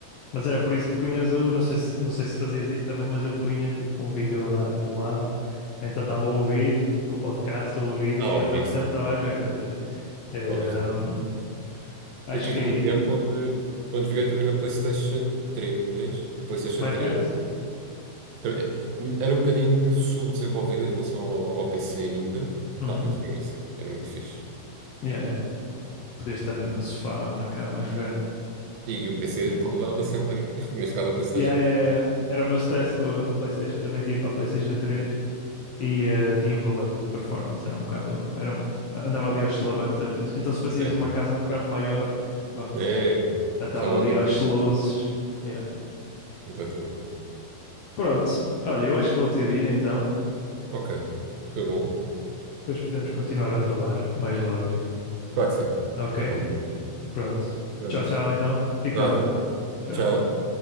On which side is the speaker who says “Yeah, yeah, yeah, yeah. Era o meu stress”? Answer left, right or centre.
Left